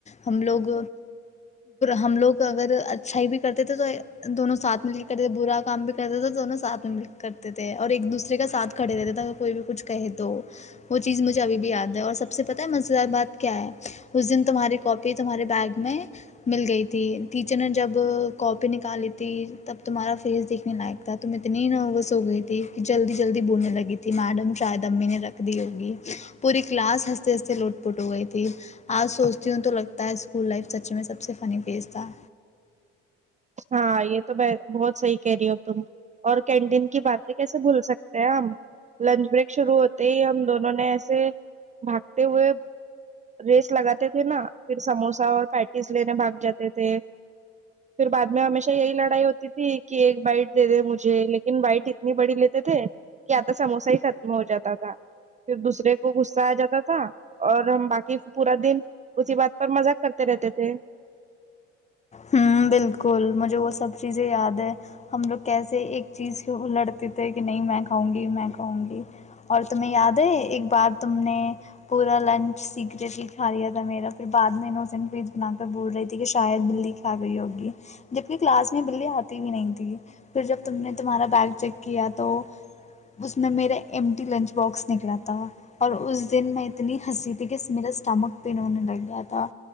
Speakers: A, on the left; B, on the right.
A: ہم لوگ ہم لوگ اگر اچھا ہی بھی کرتے تھے تو دونوں ساتھ مل کے کرتے تھ برا کام بھی کرتے تھے تو دونوں ساتھ میں مل کے کرتے تھے اور ایک دوسرے کا ساتھ کھڑے رہتے تھا کوئی بھی کچھ کہے تو وہ چیز مجھے ابھی بھی یاد ہے اور سب سے پتاہ ہے مز بات کیا ہے اس دن تمہاری کاپی تمہارے بیگ میں مل گئی تھی ٹیچر نے جب کاپی نکالی تھی تب تمہارا فیس دیکھنے لائق تھا تم اتنی نووسو گئی تھی کہ جلدی جلدی بولنے لگی تھی ت میڈم شاید امی نے رکھ دی ہوگی پوری کلاس ہنستے ہنستے لٹ پٹ ہو گئی تھی آج سوچتی ہوں تو لگتا ہے اسکول لائف سچی میں سب سے فنی فیز تھا
B: ہاں یہ تو میں بہت صحیح کہہ رہی ہو تم اور کینٹین کی باتیں کیسے بھول سکتے ہیں ہم لنچ بریک شروع ہوتے ہی ہم دونوں نے ایسے بھاگتے ہوئے ریس لگاتے تھے نا پھر سموسا اور پیٹیز لینے بھاگ جاتے تھے پھر بع میں ہمیشہ یہی لڑائی ہوتی تھی کہ ایک بائٹ دے دے مجھے لیکن بائٹ اتنی بڑی لیتے تھے کہ آتا سموسا ہی ختم ہو جاتا تھا پھر دوسرے کو غصہ آ جاتا تھا اور ہم باقی پورا دن اسی بات پر مزاق کرتے رہتے تھے
A: ہ بالکل مجھے وہ سب چیزیں یاد ہے ہم لوگ کیسے ایک چیز کی لڑتے تھے کہ نہیں میں کھاؤں گی میں کھاؤں گی اور تمہیں یاد ہے ایک بار تم نے پورا لنچ سیکریٹ ہی کھا لیا تھا میرا پھر بعد میں انوسینٹ فیس بنا کر بول رہی تھی کہ شاید بی جبکہ کلاس میں بلی اتی ہی نہیں تھی پھر جب تم نے تمہارا دال چیک کیا تو اس میں میرے احمدی لنچ باکس نکلا تھا اور اس دن میں اتنی ہنسی تھی کہ سملر سٹمک بھی انہوں نے لگ گیا تھا